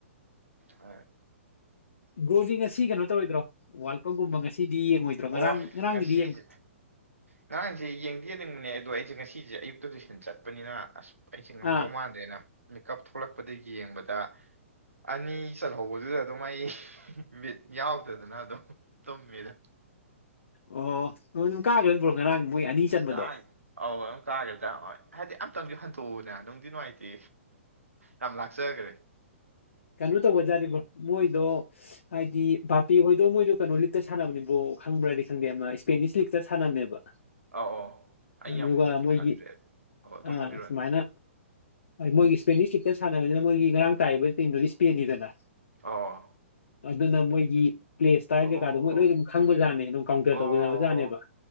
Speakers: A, on the right; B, on the left.
A: ꯑ
B: ꯕ꯭ꯔꯣꯁ ꯉꯁꯤ ꯀꯩꯅꯣ ꯇꯧꯔꯣꯏꯗ꯭ꯔꯣ ꯋꯥꯔꯜ ꯀꯞꯀꯨꯝꯕ ꯉꯁꯤꯗꯤ ꯌꯦꯡꯉꯣꯏꯗ꯭ꯔꯣ ꯉꯔꯥꯡ
A: ꯑꯣ
B: ꯉꯔꯥꯡꯒꯤꯗꯤ
A: ꯉꯁꯤꯁꯦ
B: ꯌꯦꯡꯕꯣ
A: ꯉꯔꯥꯡꯁꯦ ꯌꯦꯡꯗꯦ ꯑꯗꯨꯅꯤꯡꯕꯛꯅꯦ ꯑꯗꯣ ꯑꯩꯁꯦ ꯉꯁꯤꯁꯦ ꯑꯌꯨꯛꯇꯗ ꯍꯦ ꯆꯠꯄꯅꯤꯅ ꯑꯁ ꯑꯩꯁꯦ ꯉꯝꯗꯧ
B: ꯑꯥ
A: ꯃꯥꯟꯗꯦꯅ ꯃꯦꯀꯞ ꯊꯣꯛꯂꯛꯄꯗ ꯌꯦꯡꯕꯗ ꯑꯅꯤ ꯆꯜꯍꯧꯕꯗꯨꯗ ꯑꯗꯨꯝ ꯑꯩ ꯃꯤꯠ ꯌꯥꯎꯗꯗꯅ ꯑꯗꯨꯝ ꯇꯨꯝꯃꯤꯗ
B: ꯑꯣ ꯅ ꯑꯗꯨ ꯀꯥꯗꯣꯏꯕ꯭ꯔꯣ ꯉꯔꯥꯡ ꯃꯣꯏ ꯑꯅꯤ ꯆꯟꯕꯗꯣ
A: ꯑꯁ ꯀꯥꯒ꯭ꯔꯦ ꯑꯧ ꯑꯗꯨ ꯀꯥꯒꯦꯗ ꯍꯥꯏꯗꯤ ꯑꯝꯇꯪꯁꯨ ꯍꯟꯇꯣꯛꯎꯅꯦ ꯅꯨꯡꯗꯤ ꯅꯨꯡꯉꯥꯏꯇꯦ ꯌꯥꯝ ꯂꯥꯛꯆ ꯒꯔꯦ
B: ꯀꯩꯅꯣ ꯇꯧꯕꯖꯥꯠꯅꯦꯕꯣ ꯃꯣꯏꯗꯣ ꯍꯥꯏꯗꯤ ꯕꯥꯥꯄꯤ ꯍꯣꯏꯗꯣ ꯃꯣꯏꯗꯣ ꯀꯩꯅꯣ ꯂꯤꯛꯇ ꯁꯥꯟꯅꯕꯅꯤꯕꯣ ꯈꯪꯕ꯭ꯔꯗꯤ ꯈꯪꯗꯦ ꯌꯥꯝꯅ ꯏꯁꯄꯦꯅꯤꯁ ꯂꯤꯛꯇ ꯁꯥꯟꯅꯅꯦꯕ
A: ꯑꯧ ꯑꯧ ꯑꯩ
B: ꯑꯗꯨꯒ
A: ꯌꯥꯝ ꯃꯨꯟꯅꯗꯤ
B: ꯃꯣꯏꯒꯤ
A: ꯈꯪꯗ꯭ꯔꯦ ꯑꯣ ꯑꯗꯨꯝ
B: ꯑꯥ
A: ꯍꯥꯏꯕꯤꯔꯛꯑꯣꯅꯦ
B: ꯁꯨꯃꯥꯏꯅ ꯃꯣꯏꯒꯤ ꯏꯁꯄꯦꯅꯤꯁ ꯀꯤꯛꯀꯦꯠ ꯁꯥꯟꯅꯕꯅꯤꯅ ꯃꯣꯏꯒꯤ ꯉꯔꯥꯡ ꯇꯥꯏꯕ ꯇꯤꯝꯗꯨꯗꯤ ꯏꯁꯄꯦꯟꯅꯤꯗꯅ
A: ꯑꯥ
B: ꯑꯗꯨꯅ ꯃꯣꯏꯒꯤ ꯄ꯭ꯂꯦꯁꯇꯥꯏꯜ
A: ꯑꯣ
B: ꯀꯩꯀꯥꯗꯣ ꯃꯣꯏ ꯂꯣꯏ ꯑꯗꯨꯝ ꯈꯪꯕꯖꯥꯠꯅꯦ ꯑꯗꯨꯝ ꯀꯥꯎꯟꯇꯔ
A: ꯑꯣ
B: ꯇꯧꯕꯖꯕꯖꯥꯠꯅꯦꯕ